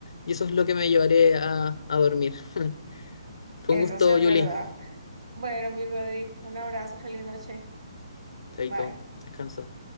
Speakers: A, on the left (about 70°); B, on the right (about 85°).
A: Y eso es lo que me llevaré a, a dormir. <laughs> Fue
B: Eso
A: un gusto,
B: sí es verdad.
A: Julie.
B: Bueno, mi Rodri, un abrazo, feliz noche.
A: Chaito,
B: Bye.
A: descansa.